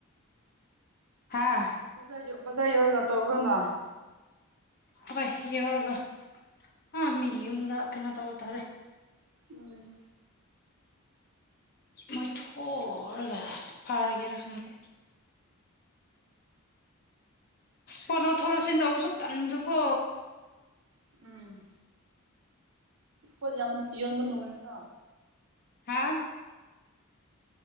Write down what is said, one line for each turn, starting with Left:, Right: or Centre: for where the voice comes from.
Left: ꯍꯥꯥ
Right: ꯭ꯔ ꯌ ꯕꯖ꯭ꯔꯥ ꯌꯧꯔꯒ ꯇ ꯑꯣꯈꯔꯣꯅ
Left: ꯍꯣꯏ ꯌꯧꯔꯒ ꯑ ꯃꯤꯒꯤ ꯌꯨꯝꯗ ꯀꯩꯅꯣ ꯇꯧꯕ ꯇꯥꯔꯦ
Right: ꯎꯝ
Left: ꯃꯣꯏ ꯊ ꯐꯥꯔꯒꯦ ꯔꯝꯗ ꯄꯣꯂꯣ ꯊꯣꯂꯣꯁꯤꯟ ꯇꯧꯕꯁꯨ ꯇꯟꯕꯗꯨꯀꯣ
Right: ꯎꯝ ꯄꯣꯠ ꯌꯥꯝ ꯌꯣꯟꯕ ꯅꯨꯡꯉꯥꯏꯀ꯭ꯔꯣ
Left: ꯍꯥꯥ